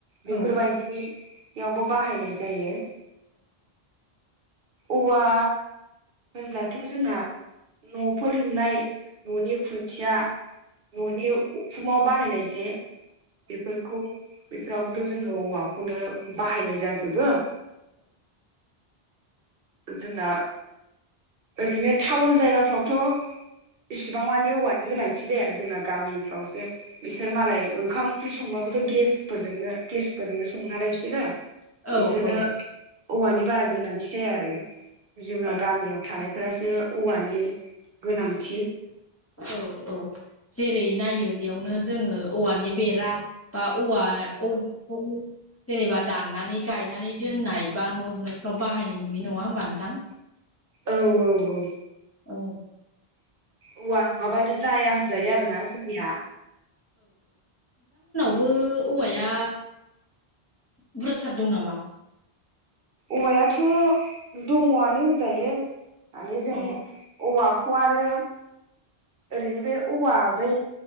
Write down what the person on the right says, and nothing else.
बेफोरबायदि
यावबो बाहायनाय जायो औवा होनब्लाथ' जोंना न'फोर लुनाय न'नि खुन्थिया न'नि उखुमाव बाहायनाय जे बेफोरखौ बेफोरावबोथ' जोङो औवाखौनो बाहायनाय जाजोबो जोंना ओरैनो टाउन जायगाफ्रावथ' एसिबां मानि औवानि गोनां दि जाया जोंना गामिफ्रावसो बिसोर मालाय ओंखाम ओंख्रि संबाबोथ' गेसफोरजोंनो गेस फोरजोंनो सङोनालाय बिसोरो
बिसोरनो
औवानि बारा गोनांथि जाया आरो जोंना
गामियाव थानायफोरासो औवानि गोनांथि
औ औ
औवा नङाबानो जाया होनजायो आरो ना जोंनिया
औवायाथ' दङआनो होनजायो माने जों
औवा खौ आरो ओरैनो बे औवा बै